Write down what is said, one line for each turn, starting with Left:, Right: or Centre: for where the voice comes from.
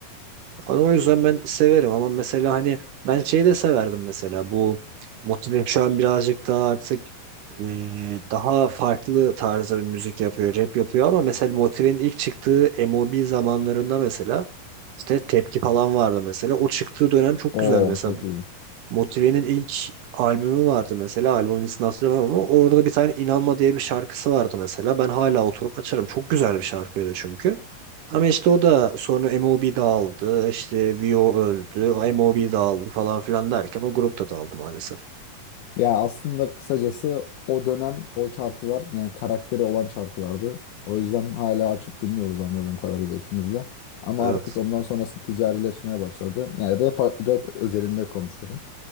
Right: Hani o yüzden ben severim ama mesela hani ben şeyi de severdim mesela bu Motive şu an birazcık daha artık e, daha farklı tarzda bir müzik yapıyor, rap yapıyor ama mesela Motive'nin ilk çıktığı MOB zamanlarında mesela işte Tepki falan vardı mesela. O çıktığı dönem çok
Left: Oo
Right: güzel mesela.
Left: çok iyi.
Right: Motive'nin ilk albümü vardı mesela. Albümün ismini hatırlamam ama orada bir tane İnanma diye bir şarkısı vardı mesela. Ben hala oturup açarım. Çok güzel bir şarkıydı çünkü. Ama işte o da sonra MOB dağıldı, işte Vio öldü, MOB dağıldı falan filan derken o grup da dağıldı maalesef.
Left: Ya aslında kısacası o dönem o şarkılar yani karakteri olan şarkılardı. O yüzden hala açıp dinliyoruz anladığım kadarıyla ikimiz de. Ama
Right: Evet.
Left: artık ondan sonrası ticarileşmeye başladı. Yani rap, rap özelinde konuşuyorum.